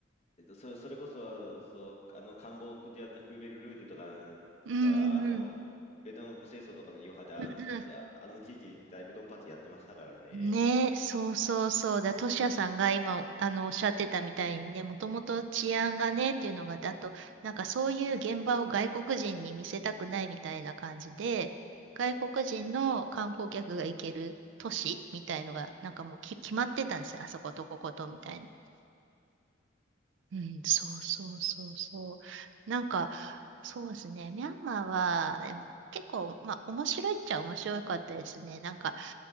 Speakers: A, on the left; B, on the right.
A: えっと、それ、それこそ、そう、あの、カンボジアのクーベルルージュとかが、
B: うんうんうん。
A: あの、ベトナム戦争とかの余波で、あ、
B: うんうん
A: で、あの地域、だいぶドンパチやってましたからね。
B: ね、そうそうそうだ、トシヤさんが今あのおっしゃってたみたいにね、もともと治安がねっていうのが、だと、なんかそういう現場を外国人に見せたくないみたいな感じで、外国人の観光客が行ける都市みたいのが、なんかもうき決まってたんですよ、あそことこことみたいな。うん、そうそうそうそう。なんか、そうですね。ミャンマーは、でも結構、まあ、面白いっちゃ面白かったですね。なんか、